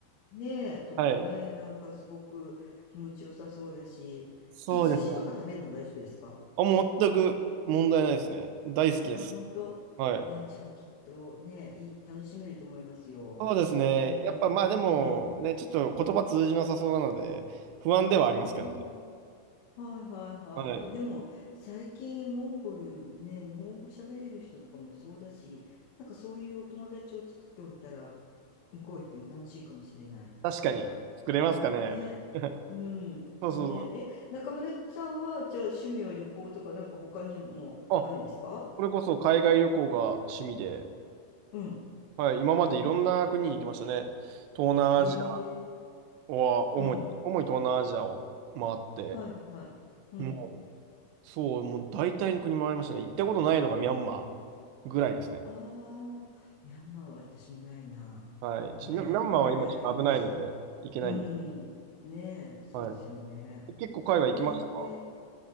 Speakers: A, on the left; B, on the right.
A: ねえ、とかね、
B: はい。
A: なんかすごく気持ちよさそうだし、
B: そうですね。
A: 羊とか食べるの大丈夫ですか
B: あ、もう全く問題ないですね。大好きです。
A: あ、本当あ、
B: はい。
A: じゃあきっとね、いい、楽しめると思いますよ。
B: そうですね。
A: うん。
B: やっぱまあでも、
A: ね。
B: ね、ちょっと言葉通じなさそうなので、不安ではありますけどね。
A: あー、はいはいはい。
B: はい。
A: あ、でも最近モンゴルね、日本語喋れる人とかもいそうだし、なんかそういうお友達を作っておいたら、向こう行っても楽しいかもしれない。
B: 確かに、作れますかね。
A: ね、
B: <laughs>
A: うん、
B: そうそうそ
A: ね、え、中村さんは、じゃあ趣味は旅行とか、なんか他にもあるんですか
B: う。あ、これこそ海外旅行が趣味で、
A: うん。
B: はい、今までいろんな国に行きましたね。東南アジ
A: ええ
B: アは主に、
A: うん。
B: 主に東南アジアを回って、
A: はいはい。うん。
B: もう、そう、もう大体の国回りましたね。行ったことないのがミャンマーぐらいですね。
A: ああ、ミャンマーは私もないな。
B: はい。ちミャミャンマーは今ちょっと危ないので、
A: ねえ、今大変だし。
B: 行けないんですけ
A: うん。ねえ、そうですよね。
B: ど。はい。結構海外行きましたか
A: へえ。